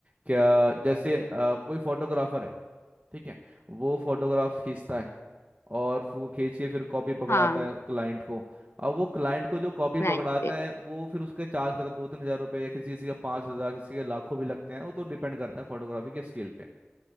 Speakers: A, on the right (about 35°); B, on the left (about 75°).
A: क्या जैसे अ, कोई फोटोग्राफर है ठीक है वो फोटोग्राफ खींचता है और फिर वो खींच के फिर कॉपी पकड़ाता
B: हाँ
A: है क्लाइंट को अब वो क्लाइंट को जो कॉपी
B: क्लाइंट
A: पकड़ाता
B: पे देख-
A: है वो फिर उसके चार्ज करता है दो तीन हजार रुपये या किसी किसी का पाँच हजार किसी के लाखों भी लगते हैं वो तो डिपेंड करता है फोटोग्राफी के स्किल पे